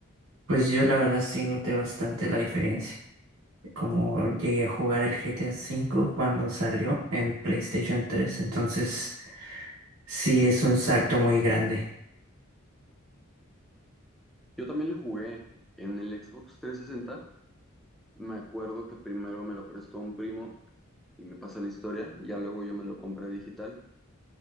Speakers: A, on the right; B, in the centre.
A: Pues yo la verdad sí noté bastante la diferencia. Como llegué a jugar el GTA V cuando salió en PlayStation 3, entonces sí es un salto muy grande.
B: Yo también lo jugué en el Xbox 360. Me acuerdo que primero me lo prestó un primo y me pasa la historia, y ya luego yo me lo compré digital,